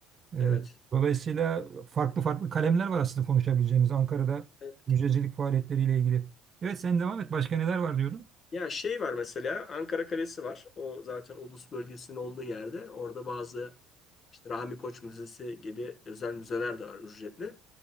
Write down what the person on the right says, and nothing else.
Ee,
dolayısıyla farklı farklı kalemler var aslında konuşabileceğimiz Ankara'da
müzecilik faaliyetleriyle ilgili. Evet sen devam et. Başka neler var diyorum.